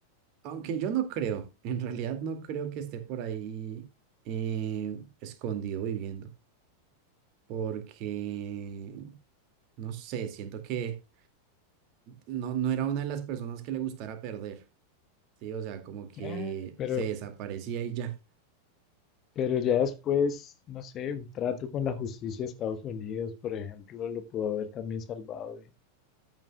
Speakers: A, on the right; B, on the left.
A: Aunque yo no creo, en realidad no creo que esté por ahí eh, escondido viviendo, porque no sé, siento que no, no era una de las personas que le gustara perder, ¿sí? O sea, como que
B: Eh, pero,
A: se desaparecía y ya.
B: pero ya después, no sé, un trato con la justicia de Estados Unidos, por ejemplo, lo pudo haber también salvado. eh.